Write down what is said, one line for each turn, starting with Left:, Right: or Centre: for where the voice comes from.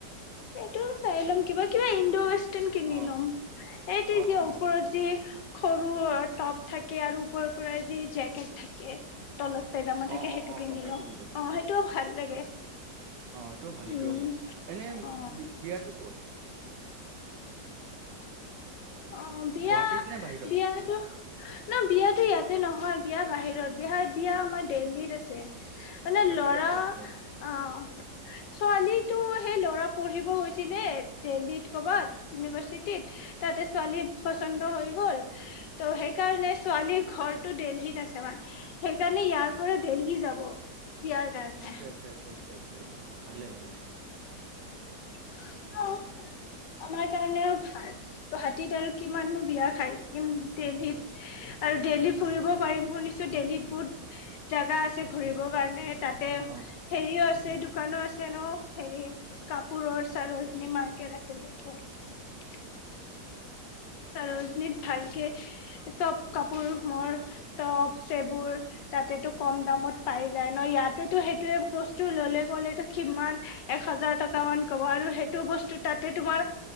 Left: এইটো চাই ল'ম কিবা কিবা ইণ্ড ৱেষ্ট ক্তন কিনি
Right: অ
Left: ল'ম এইটো
Right: অ
Left: যে
Right: অ
Left: ওপৰত যে সৰু টপ থাকে আৰু ওপৰৰ পৰা যে জেকেট থাকে তলত পেজামা
Right: অ
Left: থাকে
Right: অ
Left: সেইটো
Right: অ
Left: কিনি
Right: গম পাইছো
Left: লওঁ অ
Right: গম পাইছো
Left: সেইটো ভাল লাগে
Right: অ এইটোও ভাল এইটোও
Left: উম
Right: ভাল এনে
Left: অ
Right: বিয়াতটো কত
Left: অ বিয়া
Right: গুৱাহাটীত নে বাহিৰত
Left: বিয়া টো ন বিয়াতো ইয়াতে নহয় বিয়া বাহিৰত বিহা বিয়া আমাৰ দেল্লীত আছে মানে
Right: আচ্ছা
Left: লৰা
Right: আচ্ছা আচ্ছা
Left: অ ছোৱালী তো সেই ল'ৰা পঢ়িব হৈছিলে দেল্হীত কৰ'বাত ইউনিভাৰ্চিটিত তাতে ছোৱালী পচন্দ হৈ গল ত' সেইকাৰণে ছোৱালীৰ ঘৰটো দেল্লীত আছে মানে সেইকাৰণে ইয়াৰ পৰা দেল্লী যাব বিয়াৰ কাৰণে
Right: আচ্ছা আচ্ছা আচ্ছা আচ্ছা আচ্ছা ভালে ভালে
Left: অ আমাৰ কাৰণে আৰু ভাল গুৱাহাটীত আৰু কিমানো বিয়া খায় দেল্লীত আৰু দেল্হী ফুৰিব পাৰিম শুনিছো দেল্হীত বহুত জোগা আছে ঘুৰিবৰ কাৰণে তাতে
Right: অ
Left: হেৰিও আছে দু দোকানো আছে ন হেৰি কাপুৰ চৰজী মাৰ্কেট আছে ত <unintelligible> ৰজনীত ভালকে টপ কাপোৰ মৰ টপ চেবোৰ তাতেতটো কম দামত পাই যায় ন ইয়াতেতো সেইটোে বস্তু ললে ক'লেতো কিমান হাজাৰ টকা মান ক'ব আৰু সেইটো বস্তু তাতে তোমাৰ